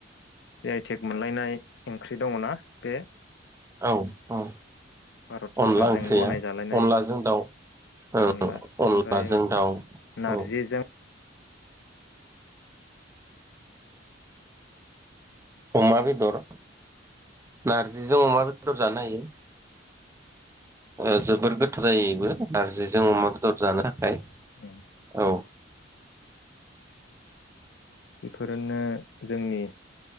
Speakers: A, on the left; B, on the right.
A: जि आइ टेक मोनलायनाय ओंख्रि दङना बे
B: औ औ
A: भारत सरकारजों
B: अनला ओंख्रिया
A: गनाय जालायनाय
B: अनलाजों दाउ।
A: अनला
B: औ अनलाजों
A: ओमफ्राय
B: दाउ
A: नारजिजों
B: औ। अमा बेदर नारजिजों अमा बेदर जानो हायो। ओ जोबोर गोथाव जायो इबो नारजिजों अमा बेदर जानो थाखाय।
A: <inaudible>
B: औ।
A: बेफोरनो जोंनि